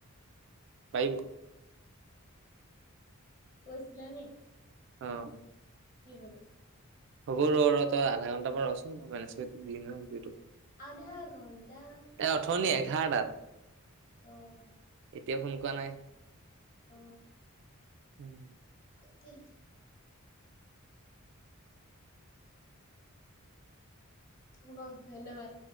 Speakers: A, on the right; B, on the left.
A: পাৰিব।
B: কৈছিলেনি?
A: অ'।
B: কি বুলি?
A: হ'ব, ৰ' ৰ' তই আধা ঘণ্টামান ৰ'চোন মই মেনেজ কৰি, <unintelligible>
B: আধা ঘণ্টা
A: এ অথনি এঘাৰটাত।
B: অ'।
A: এতিয়া ফোন কৰা নাই।
B: অ
A: <unintelligible>
B: কিহ হব ধন্যবাদ।